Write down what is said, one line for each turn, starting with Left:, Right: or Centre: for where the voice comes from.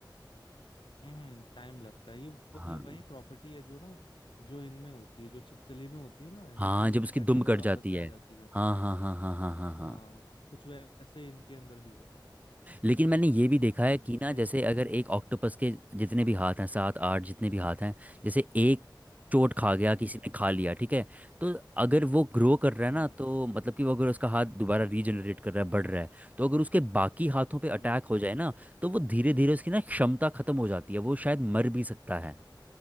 Left: हम्म टाइम लगता है ये वो-
Right: हाँ
Left: ये वही प्रॉपर्टी है जो ना जो इनमें होती है जो छिपकली में होती है ना ये
Right: हाँ
Left: पूंछ
Right: जब उसकी
Left: कटने
Right: दुम
Left: के बाद
Right: कट
Left: वापस
Right: जाती
Left: से
Right: है
Left: आ जाती है
Right: हाँ हाँ हाँ हाँ हाँ
Left: हाँ
Right: हाँ हाँ
Left: कुछ वैसे ही इनके अंदर भी होता है
Right: लेकिन मैंने ये भी देखा
Left: हम्म
Right: है कि ना
Left: सही
Right: जैसे अगर
Left: कह रहा
Right: एक
Left: हूँ।
Right: ऑक्टोपस के जितने भी हाथ हैं सात आठ जितने भी हाथ हैं जैसे एक चोट खा गया
Left: हम्म
Right: किसी ने खा लिया ठीक है तो अगर वो ग्रो कर रहा
Left: हम्म
Right: है ना तो मतलब कि वो अगर उसका हाथ दोबारा रीजनरेट कर रहा है बढ़ रहा है तो अगर उसके बाकी हाथों पे अटैक
Left: हम्म
Right: हो जाए ना तो वो धीरे धीरे उसकी ना क्षमता खत्म हो जाती है वो शायद मर भी सकता है